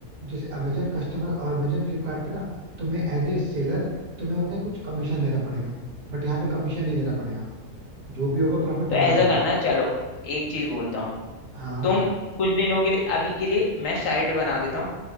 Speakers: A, on the right; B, on the left.
A: जैसे अमेजन कस्टमर और अमेजन फ्लिपकार्ट पे ना तुम्हें एज ए सेलर तुम्हें उसमें कुछ कमीशन देना पड़ेगा बट यहाँ पे कमीशन नहीं देना पड़ेगा जो भी होगा प्रॉफिट
B: तो
A: तुम्हारा
B: ऐसा
A: होगा
B: करना चलो एक चीज बोलता हूँ
A: हाँ
B: तुम कुछ दिनों के लिए अभी के लिए मैं साइड बना देता हूँ